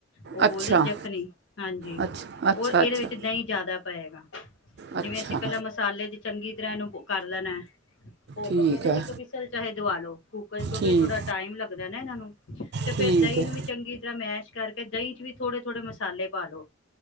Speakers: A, on the left; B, on the right.
A: ਉਹ ਬੋਲਦੇ
B: ਅੱਛਾ
A: ਜਖਣੀ ਹਾਂਜੀ
B: ਅੱਛਾ ਅੱਛਾ
A: ਰ ਇਹਦੇ
B: ਅੱਛਾ
A: ਵਿੱਚ ਦਹੀਂ ਜ਼ਿਆਦਾ ਪਏਗਾ
B: ਅੱਛਾ,
A: ਜਿਵੇਂ ਅਸੀਂ ਪਹਿਲਾਂ ਮਸਾਲੇ ਚ ਚੰਗੀ ਧਰਾਂ ਨੂੰ ਕਰ ਲੈਣਾ। ਭੁੱਲ
B: ਠੀਕ
A: ਕੇ ਤੇ
B: ਹੈ,
A: ਇੱਕ ਵਿਸਲ ਚਾਹੇ ਦਵਾ ਲੋ ਕੂੱਕਰ ਕਿਉਂਕਿ
B: ਠੀਕ
A: ਥੋੜਾ ਟਾਈਮ ਲੱਗਦਾ ਨਾ ਇਹਨਾਂ ਨੂੰ ਤੇ ਫੇਰ
B: ਠੀਕ
A: ਦਹੀਂ
B: ਹੈ,
A: ਨੂੰ ਵੀ ਚੰਗੀ ਤਰ੍ਹਾਂ ਮੈਸ਼ ਇਸ ਕਰਕੇ ਦਹੀਂ ਚ ਵੀ ਥੋੜੇ ਥੋੜੇ ਮਸਾਲੇ ਪਾਲੋ